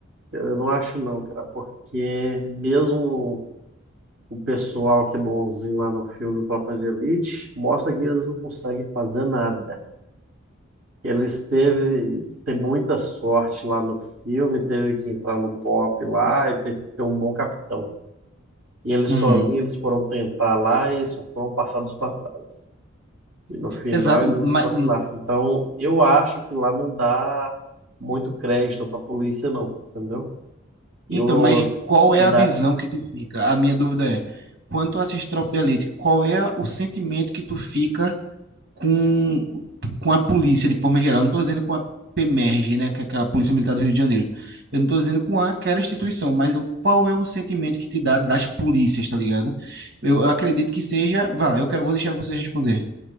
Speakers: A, on the right (about 80°); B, on the right (about 55°).
A: eu não acho não, cara, porque mesmo o pessoal que é bonzinho lá no filme do Tropa de Elite mostra que eles não conseguem fazer nada. Eles teve que ter muita sorte lá no filme, teve que entrar no BOP lá e teve que ter um bom capitão. E eles
B: Uhum.
A: sozinhos eles foram tentar lá e só foram passados para trás. E no final
B: Exato.
A: eles
B: Mas,
A: só se lascam. Então eu acho que lá não dá muito crédito para a polícia não, entendeu? E
B: então,
A: os
B: mas qual é
A: cidadãos,
B: a visão que tu fica? A minha dúvida é, quando tu assiste Tropa da Elite, qual é o sentimento que tu fica com, com a polícia de forma geral. Não estou dizendo com a PEMERG, né, que é aquela Polícia Militar do Rio de Janeiro. Eu não estou dizendo com aquela instituição, mas o- qual é o sentimento que te dá das polícias, tá ligado? Eu, eu acredito que seja. Vá, eu quero, vou deixar você responder.